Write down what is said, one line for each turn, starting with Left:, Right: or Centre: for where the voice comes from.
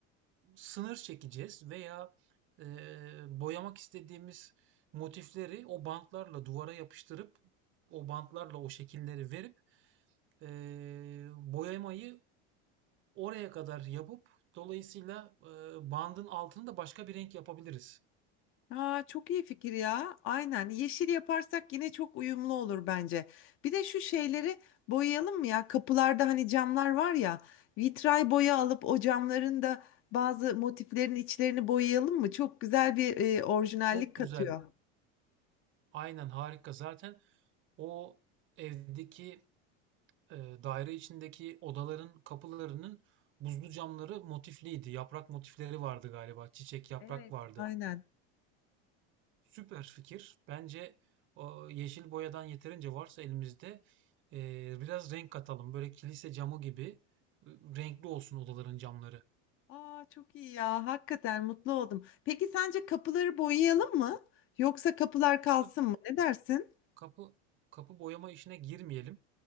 Right: sınır çekeceğiz veya eee, boyamak istediğimiz motifleri o bantlarla duvara yapıştırıp o bantlarla o şekilleri verip eee, boyamayı oraya kadar yapıp dolayısıyla eee, bandın altını da başka bir renk yapabiliriz.
Left: Aa, çok iyi fikir ya. Aynen. Yeşil yaparsak yine çok uyumlu olur bence. Bir de şu şeyleri boyayalım mı ya? Kapılarda hani camlar var ya. Vitray boya alıp o camların da bazı motiflerin içlerini boyayalım mı? Çok güzel bir e, orijinallik
Right: Çok
Left: katıyor.
Right: güzel. Aynen harika. Zaten o evdeki e, daire içindeki odaların kapılarının buzlu camları motifliydi. Yaprak motifleri vardı galiba. Çiçek yaprak
Left: Evet.
Right: vardı.
Left: Aynen.
Right: Süper fikir. Bence o yeşil boyadan yeterince varsa elimizde e, biraz renk katalım. Böyle kilise camı gibi e, renkli olsun odaların camları.
Left: Aa, çok iyi ya. Hakikaten mutlu oldum. Peki sence kapıları boyayalım mı? Yoksa kapılar kalsın
Right: Kapı,
Left: mı? Ne dersin?
Right: kapı, kapı boyama işine girmeyelim.